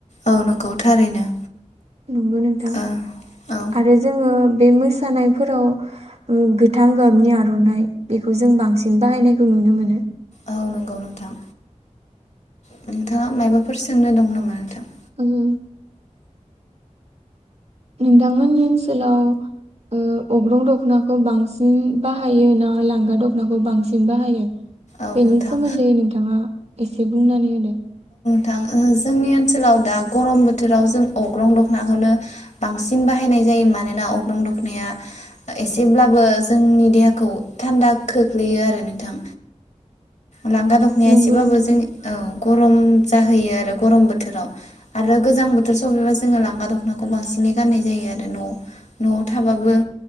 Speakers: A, on the left (about 65°); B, on the right (about 55°).
A: औ नंगौ थारैनो।
B: नंगौ नोंथां।
A: औ औ
B: आरो जोङो बे मोसानायफोराव ओ गोथां गाबनि आर'नाइ बेखौ जों बांसिन बाहायनायखौ नुनो मोनो।
A: औ नंगौ नोंथां नोंथाङा मायबाफोर सोंनो दं नामा नोंथां?
B: ओं। नोंथांमोननि ओन्सोलाव ओ अग्रं दख'नाखौ बांसिन बाहायो ना लांगा दख'नाखौ बांसिन बाहायो?
A: औ
B: बेनि
A: नोंथां
B: सोमोन्दै नोंथाङा एसे बुंनानै होदो।
A: थां ओहो जोंनि ओन्सोलाव दा गरम बोथोराव जों अग्रं दख'नाखौनो बांसिन बाहायनाय जायो। मानोना अग्रं दख'नाया एसेब्लाबो जोंनि देहाखौ थान्दा खोख्लैयो आरो नोंथां। लांगा दख'नाया
B: नंगौ
A: एसेबाबो
B: नोंथां
A: जों औ गरम जाहैयो आरो गरम बोथोराव आरो गोजां बोथोर सफैबा जोङो लांगा दख'नाखौ बांसिनै गान्नाय जायो आरो न'आव। न' थाबाबो